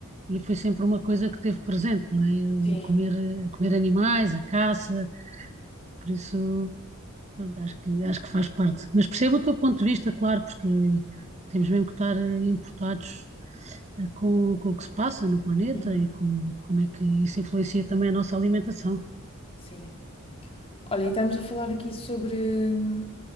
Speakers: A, on the right; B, on the left.
A: e foi sempre uma coisa que teve presente, não é?
B: Sim,
A: O comer, comer animais, a caça, por isso. Pronto, acho que, acho que faz parte. Mas percebo o teu ponto de vista, claro, porque temos mesmo que estar eh, importados eh, com, com o que se passa no planeta
B: Uhum.
A: e com, como é que isso influencia também a nossa alimentação.
B: sim. Olha, e estamos a falar aqui sobre hum,